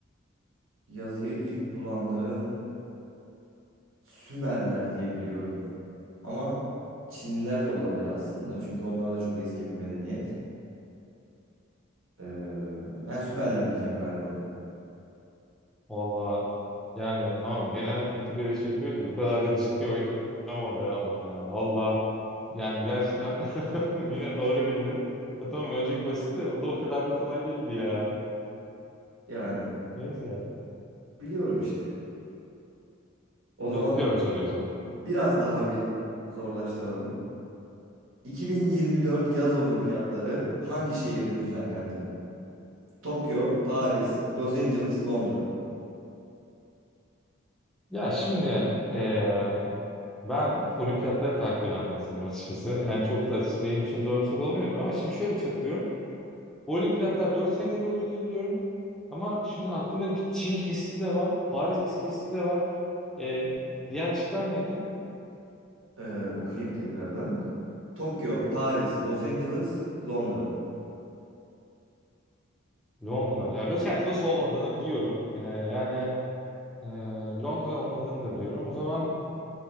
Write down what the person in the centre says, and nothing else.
Valla yani tamam genel kültür yarışı yapıyoruz da bu kadar da ciddi oyun ama be adam ya. Valla yani gerçekten <laughs> yine doğru bildin. Ya tamam önceki basitti de bu da o kadar da kolay değildi ya.
Neyse
bekliyorum
soruyu o zaman.
Ya şimdi eee, ben olimpiyatları takip eden bir insanım açıkçası. Yani çok da benim için zor bir soru olmayabilir ama şimdi şöyle bir şey hatırlıyorum. Bu olimpiyatlar 4 senede bir oluyor diye biliyorum. Ama şimdi aklımda bir Çin kesti de var. Paris kesti de var. Ee, diğer şıklar neydi?
Londra. Ya Los Angeles olmadığını biliyorum. Ee, yani e, Londra olmadığını da biliyorum. O zaman